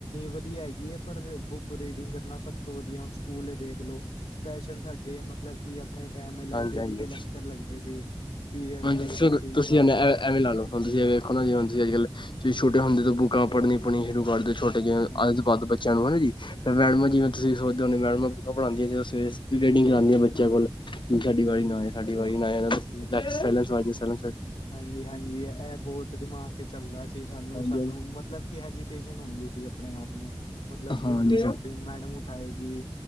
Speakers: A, on the left; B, on the left.
A: ਵਧੀਆ ਹੈਗੀ ਹੈ ਪਰ ਬੁੱਕ। ਕੋਈ ਰੀਡਿੰਗ ਕਰਨਾ ਸਭ ਤੋਂ ਵਧੀਆ ਹੁਣ ਸਕੂਲ ਦੇਖ ਲੋ ਸਪੈਸ਼ਲ ਸਾਡੇ ਮਤਲਬ ਮਤਲਬ ਕਿ ਆਪਣੇ ਟਾਈਮ
B: ਹਾਂਜੀ
A: ਲਾਇਬ੍ਰੇਰੀ
B: ਹਾਂਜੀ
A: ਦੇ ਲੈਕਚਰ ਲੱਗਦੇ ਸੀ। ਪੀਰੀਅਡ
B: ਹਾਂਜੀ
A: ਲੱਗਦੇ
B: ਤੁ
A: ਸੀ
B: ਤੁਸੀਂ
A: ਵਾਹ
B: ਐਵੇਂ ਲਾ ਲਓ ਹੁਣ ਤੁਸੀ ਨਾ ਜੇ ਹੁਣ ਤੁਸੀਂ ਅੱਜ ਕੱਲ ਤੁਸੀਂ ਛੋਟੇ ਹੁੰਦੇ ਤੋਂ ਬੁੱਕਾਂ ਪੜਨੀਆ ਪੜਨੀਆ ਸ਼ੁਰੂ ਕਰ ਦਿਓ ਛੋਟੇ
A: ਹਾਂਜੀ
B: ਜਿ ਹੇ
A: ਹਾਂਜੀ
B: ਆਦਤ ਪਾ ਦਿਉ ਬੱਚਿਆਂ ਨੂੰ ਹੈ ਨਾ ਜੀ। ਫੇਰ ਮੈਡਮਾਂ ਜਿਵੇਂ
A: ਹਾਂਜੀ
B: ਤੁਸੀਂ ਸੋਚਦੇ ਹੋੁੰਦੇ ਮੈਡਮਾਂ ਬੁੱਕਾਂ ਪੜਾਉਂਦੀਆਂ ਜਦੋਂ ਸਵੇ ਰੀਡਿੰਗ ਕਰਉਂਦੀਆਂ ਬੱਚਿਆਂ ਕੋਲ ਸਾਡੀ ਵਾਰੀ
A: ਹਾਂਜੀ
B: ਨ ਆ ਸਾਡੀ ਵਾਰੀ ਨ ਆ <unintelligible>
A: ਹਾਂਜੀ ਹਾਂਜੀ ਇਹ ਬਹੁਤ ਦਿਮਾਗ ਚ ਚੱਲਦਾ ਸੀ ਸਾਨੂੰ
B: ਹਾਂਜੀ
A: ਸਾਨੂੰ ਮਤਲਬ ਕਿ ਹੈਜੀਟੇਸ਼ਨ ਹੁੰਦੀ ਸੀ ਆਪਣੇ ਆਪ ਮਤਲਬ ਕਿ
B: ਹਾਂ
A: ਹੁਣ
B: ਜੀ,
A: ਮ ਸਾਡੀ ਮੈਡਮ ਉਠਾਏਗੀ